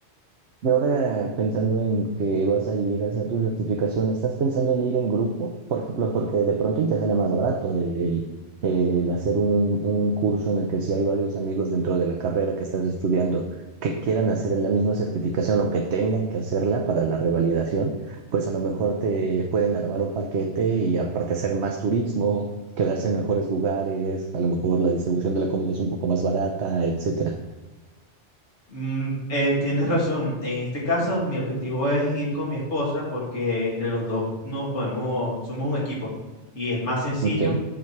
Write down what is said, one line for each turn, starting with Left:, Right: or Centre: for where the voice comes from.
Right: Y ahora pensando en que vas a ir a hacer tu certificación, ¿estás pensando en ir en grupo? Por ejemplo, porque de pronto y te sale más barato el, el hacer un, un curso en el que si hay varios amigos dentro de la carrera que estás estudiando que quieran hacer la misma certificación o que tengan que hacerla para la revalidación, pues a lo mejor te pueden armar un paquete y aparte hacer más turismo, quedarse en mejores lugares, a lo mejor la distribución de la comida es un poco más barata, etcétera.
Left: mm, eh, tienes razón. En este caso, mi objetivo es ir con mi esposa porque entre los dos nos podemos, somos un equipo y es más sencillo.
Right: Ok.